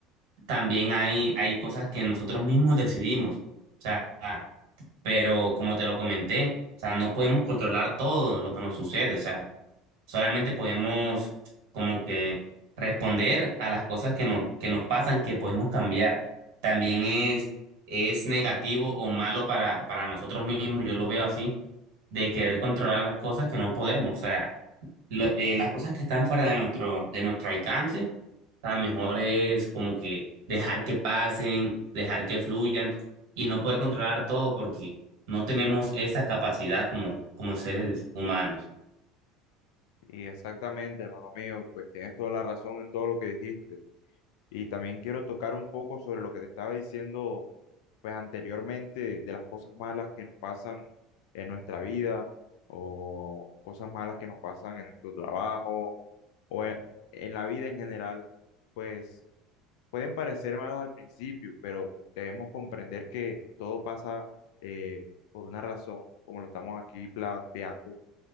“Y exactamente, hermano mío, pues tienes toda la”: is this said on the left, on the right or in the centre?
Left